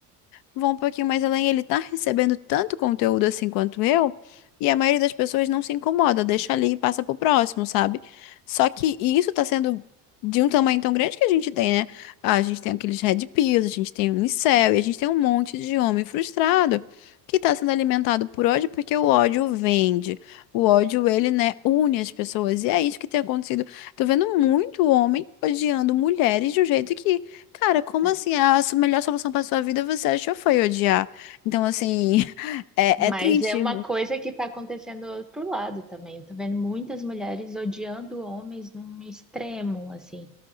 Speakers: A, on the left; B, in the centre.
A: vão um pouquinho mais além, ele tá recebendo tanto conteúdo assim quanto eu, e a maioria das pessoas não se incomoda, deixa ali e passa pro próximo, sabe? Só que e isso tá sendo de um tamanho tão grande que a gente tem, né? A gente tem aqueles red pills, a gente tem o incel, e a gente tem um monte de homem frustrado que tá sendo alimentado por ódio porque o ódio vende. O ódio, ele, né, une as pessoas. E é isso que tem acontecido. Tô vendo muito homem odiando mulheres de um jeito que Cara, como
B: né?
A: assim? A su- melhor solução pra sua vida você achou foi odiar. Então, assim, <laughs> é,
B: Mas
A: é triste.
B: é uma coisa que está acontecendo do outro lado também. Eu estou vendo muitas mulheres odiando homens num extremo, assim,